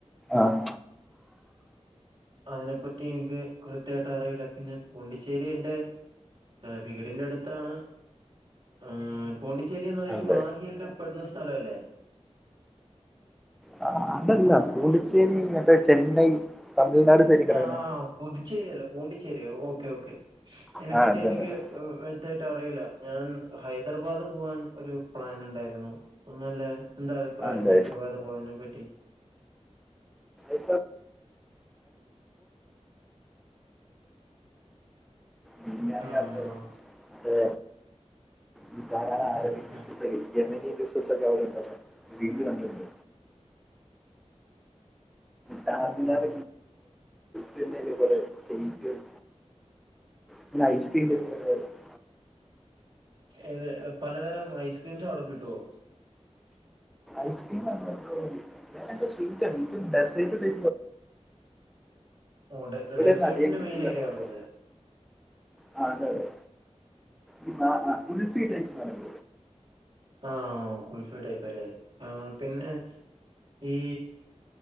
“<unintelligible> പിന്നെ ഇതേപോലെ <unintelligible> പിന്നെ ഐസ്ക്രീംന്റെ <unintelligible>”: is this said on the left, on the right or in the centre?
Centre